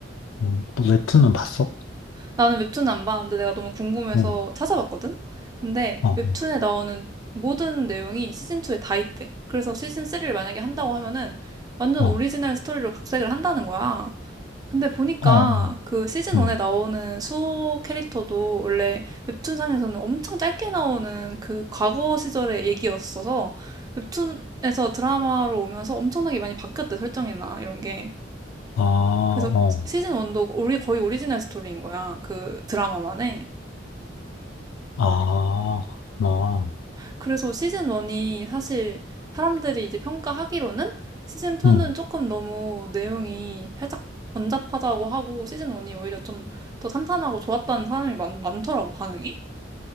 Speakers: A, on the left (about 80°); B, on the right (about 20°).
A: 음, 또 웹툰은 봤어?
B: 나는 웹툰 안 봤는데 내가 너무 궁금해서
A: 응,
B: 찾아봤거든? 근데
A: 어,
B: 웹툰에 나오는 모든 내용이 시즌2에 다 있대. 그래서 시즌3를 만약에 한다고 하면은 완전
A: 어,
B: 오리지널 스토리로 각색을 한다는 거야. 근데 보니까
A: 어, 어,
B: 그 시즌1에
A: 응,
B: 나오는 수호 캐릭터도 원래 웹툰상에서는 엄청 짧게 나오는 그 과거 시절의 얘기였어서 웹툰에서 드라마로 오면서 엄청나게 많이 바뀌었대, 설정이나 이런 게.
A: 아,
B: 그래서
A: 어,
B: 시즌 1도 오리, 거의 오리지널 스토리인 거야. 그 드라마만에.
A: 아, 그렇구나.
B: 그래서 시즌 1이 사실 사람들이 이제 평가하기로는 시즌 2는
A: 응,
B: 조금 너무 내용이 살짝 번잡하다고 하고 시즌 1이 오히려 좀 더 탄탄하고 좋았다는 사람이 많, 많더라고, 반응이.